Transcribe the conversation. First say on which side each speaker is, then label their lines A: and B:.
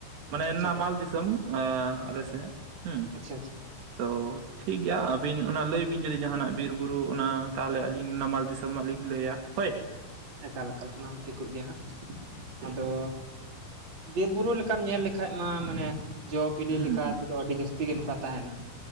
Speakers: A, on the right (about 70°); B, on the right (about 30°).
A: ᱢᱟᱱᱮ
B: ᱟᱪᱪᱷᱟ
A: ᱱᱟᱢᱟᱞ ᱫᱤᱥᱚᱢ ᱟᱞᱮ ᱥᱮᱫ᱾ ᱦᱩᱸ
B: ᱟᱪᱪᱷᱟ ᱟᱪᱪᱷᱟ ᱾
A: ᱛᱚ ᱴᱷᱤᱠ ᱜᱮᱭᱟ ᱟᱹᱵᱤᱱ ᱚᱱᱟ ᱞᱟᱹᱭ ᱵᱤᱱ ᱡᱩᱫᱤ ᱡᱟᱦᱟᱱᱟᱜ ᱵᱤᱨᱵᱩᱨᱩ ᱚᱱᱟ ᱛᱟᱦᱚᱞᱮ ᱟᱹᱞᱤᱧ ᱱᱟᱢᱟᱞ ᱫᱤᱥᱚᱢ ᱨᱮᱱᱟᱜ ᱞᱤᱧ ᱞᱟᱹᱭᱟ, ᱦᱳᱭ ᱾
B: ᱮᱠᱟᱞ ᱮᱠᱟᱞ ᱚᱱᱟ ᱦᱚᱸ ᱴᱷᱤᱠᱚᱜ ᱜᱮᱭᱟ ᱦᱟᱸᱜ,
A: ᱴᱷᱤᱠ
B: ᱟᱫᱚ
A: ᱜᱮᱭᱟ
B: ᱵᱤᱨ ᱵᱩᱨᱩ ᱞᱮᱠᱟᱢ ᱧᱮᱞ ᱞᱮᱠᱷᱟᱡ ᱢᱟ ᱢᱟᱱᱮ ᱡᱚ ᱵᱤᱞᱤ
A: ᱦᱩᱸ
B: ᱞᱮᱠᱟ
A: ᱦᱩᱸ
B: ᱛᱮᱫᱚ ᱟᱹᱰᱤ ᱡᱟᱹᱥᱛᱤ ᱜᱮ ᱱᱚᱝᱠᱟ ᱛᱟᱦᱮᱱᱟ ᱾